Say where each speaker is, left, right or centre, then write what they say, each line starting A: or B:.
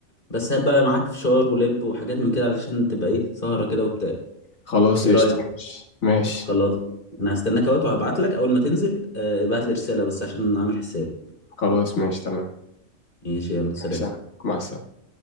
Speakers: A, on the left (about 40°); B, on the left (about 80°).
A: بس هبقى معاك فشار ولب وحاجات من كده علشان تبقى ايه سهره كده وبتاع
B: خلاص
A: ايه
B: قشطة
A: رايك
B: ماشي ماشي
A: خلاص انا هستناك اهوت وهبعت لك اول ما تنزل آه، ابعت لي رساله بس عشان اعمل حسابي
B: خلاص ماشي تمام
A: ماشي يلا سلام
B: سلام مع السلامة